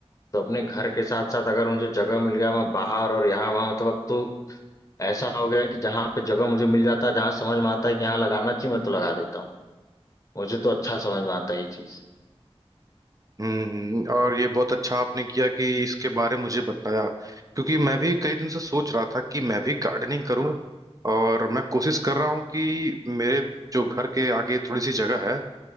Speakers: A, on the left; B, on the right.
A: तो अपने घर के साथ साथ अगर मुझे जगह मिल गया मैं बाहर और यहाँ वहाँ मतलब अब तो ऐसा हो गया है कि जहाँ पे जगह मुझे मिल जाता है जहाँ समझ में आता है कि यहाँ लगाना चाहिए मैं तो लगा देता हूँ मुझे तो अच्छा समझ में आता है ये चीज
B: हम्म और ये बहुत अच्छा आपने किया कि इसके बारे में मुझे बताया क्योंकि मैं भी कई दिन से सोच रहा था कि मैं भी गार्डनिंग करूं और मैं कोशिश कर रहा हूं कि मेरे जो घर के आगे थोड़ी सी जगह है